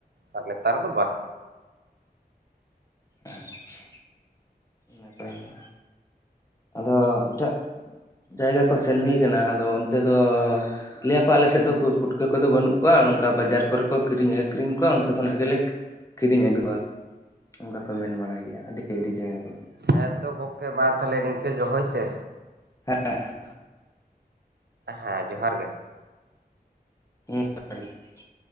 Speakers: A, on the right; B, on the left.
A: ᱟᱨ ᱱᱮᱛᱟᱨ ᱫᱚ ᱵᱟᱝ᱾
B: ᱟᱪᱪᱷᱟ ᱱᱟᱯᱟᱭ ᱜᱮ ᱟᱫᱚ ᱮᱴᱟᱜ ᱡᱟᱭᱜᱟ ᱠᱚ ᱥᱮᱱ ᱦᱩᱭ ᱠᱟᱱᱟ ᱟᱫᱚ ᱚᱱᱛᱮ ᱫᱚ ᱞᱟᱹᱭ ᱟᱠᱚ ᱟᱞᱮᱥᱮᱫ ᱫᱚ ᱯᱩᱴᱠᱟᱹ ᱠᱚᱫᱚ ᱵᱟᱹᱱᱩᱜ ᱠᱚᱣᱟ᱾ ᱚᱱᱠᱟ ᱵᱟᱡᱟᱨ ᱠᱚᱨᱮ ᱠᱚ ᱠᱤᱨᱤᱧ ᱟᱠᱷᱨᱤᱧ ᱠᱚᱣᱟ ᱚᱱᱛᱮ ᱠᱷᱚᱱᱟᱜ ᱜᱮᱞᱮ ᱠᱤᱨᱤᱧ ᱟᱹᱜᱩᱣᱟ᱾ ᱚᱱᱠᱟ ᱠᱚ ᱢᱮᱱ ᱵᱟᱲᱟᱭ ᱜᱮᱭᱟ ᱟᱹᱰᱤ ᱟᱹᱰᱤ ᱡᱟᱭᱜᱟ ᱠᱚᱫᱚ
A: ᱦᱮᱸ ᱛᱚ ᱜᱚᱢᱠᱮ ᱢᱟ ᱛᱟᱦᱚᱞᱮ ᱱᱤᱝᱠᱟᱹ ᱜᱮ ᱦᱚᱭ ᱥᱮ
B: ᱦᱮᱸ ᱦᱮᱸ
A: ᱦᱮᱸ ᱡᱚᱦᱟᱨ ᱜᱮ
B: ᱦᱩ <unintelligible>